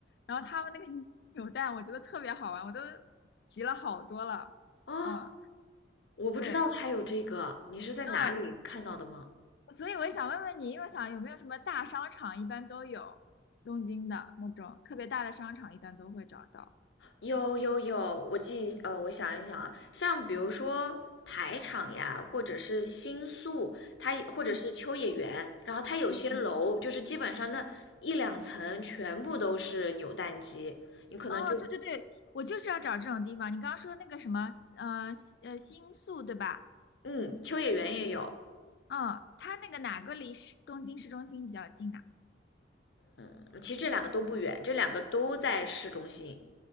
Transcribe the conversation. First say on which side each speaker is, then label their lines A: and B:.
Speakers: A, on the left (about 65°); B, on the left (about 85°).
A: 然后他们那个 <laughs> 扭蛋我觉得特别好玩，我都集了好多了。
B: 哦，
A: 嗯，
B: 我不知道它有这个，
A: 对，
B: 你是在哪里看到的吗？
A: 嗯，所以我也想问问你，因为我想有没有什么大商场一般都有，东京的那种特别大的商场一般都会找到。
B: 有有有，我记，呃，我想一想啊，像比如说台场呀，或者是新宿，它也或者是秋叶原，
A: 嗯
B: 然后它有些楼就是基本上那一两层全部都是扭蛋机，
A: 嗯，
B: 你可能就，
A: 哦，对对对，我就是要找这种地方。你刚刚说那个什么，呃，西呃，新宿对吧？
B: 嗯，秋叶原也有，
A: 嗯，它那个哪个离市东京市中心比较近啊？
B: 嗯，其实这两个都不远，这两个都在市中心，